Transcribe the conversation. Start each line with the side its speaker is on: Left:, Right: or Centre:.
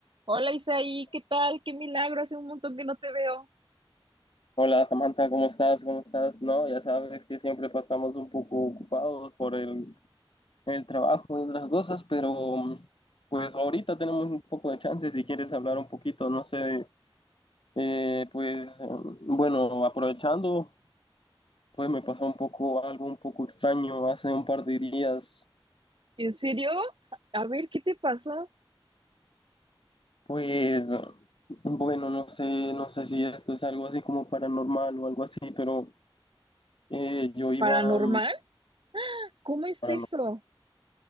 Right: Hola Isaí, ¿qué tal? Qué milagro, hace un montón que no te veo.
Left: Hola Samantha, ¿cómo estás? ¿Cómo estás? No, ya sabes que siempre pasamos un poco ocupados por el, el trabajo y otras cosas, pero mm, pues ahorita tenemos un poco de chance si quieres hablar un poquito, no sé, eh, pues mm, bueno, aprovechando, pues me pasó un poco algo un poco extraño hace un par de días,
Right: ¿En serio? A ver, ¿qué te pasó?
Left: pues bueno, no sé, no sé si esto es algo así como paranormal o algo así, pero eh, yo iba...
Right: ¿Paranormal?
Left: mm,
Right: ¿Cómo es
Left: para
Right: eso?